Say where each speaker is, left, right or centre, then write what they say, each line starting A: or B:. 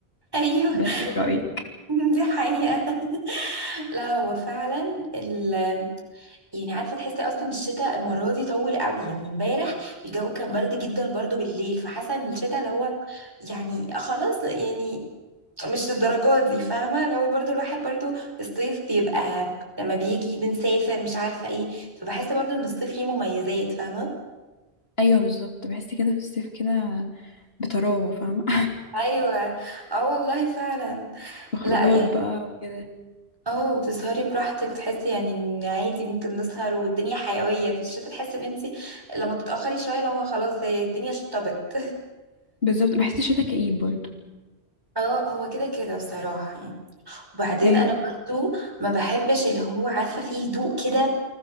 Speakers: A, on the right; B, on the left.
A: ايوه
B: ولا انت ايه رايك
A: <laughs> دي حقيقة لا هو فعلا ال يعني عارفة تحسي اصلا الشتاء المرة دي طول قوي يعني امبارح الجو كان برد جدا برضو بالليل فحاسة ان الشتاء اللي هو يعني خلاص يعني مش للدرجة دي فاهمة اللي هو برضو الواحد برضو الصيف بيبقى لما بيجي بنسافر مش عارفة ايه فبحس برضو ان الصيف ليه مميزات فاهمة
B: ايوه بالظبط بحس كده في الصيف كده بطراوه فاهمه
A: ايوه اه والله فعلا
B: <laughs> خروجات
A: لا يعني
B: بقى وكده
A: اه وتسهري براحتك تحسي يعني ان عادي ممكن نسهر والدنيا حيوية في الشتا تحسي ان انتي لما تتأخري شوية لو هو خلاص هي الدنيا شطبت
B: بالظبط بحس الشتاء كئيب برضو
A: اه هو كده كده بصراحة يعني وبعدين
B: ايوه
A: انا برضو ما بحبش اللي هو عارفه فيه هدوء كده